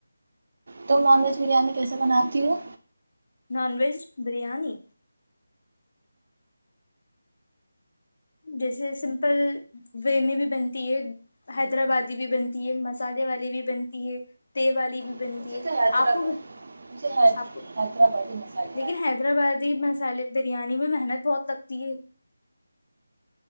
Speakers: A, on the right; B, on the left.
A: تم نان ویج بریانی کیسے بناتی ہو
B: نان ویج بریانی جیسے سمپل وے میں بھی بنتی ہے حیدرآ آبادی بھی بنتی ہے مسالے والی بھی بنتی ہے تیل والی بھی
A: مجھے
B: بنتی ہے
A: تو حیدرآباد
B: آپ کو
A: مجھے حیدرآبادی
B: آپ کو
A: مسالے
B: لیکن حیدرآبادی مسالے بریانی میں محنت بہت لگتی ہے